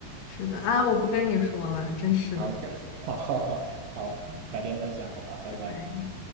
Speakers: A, on the left; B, on the right.
A: 是的啊，我不跟你说了，真是的，
B: 好，<laughs> 好，好，好，好，改天再讲，好吧，拜拜。
A: 拜拜。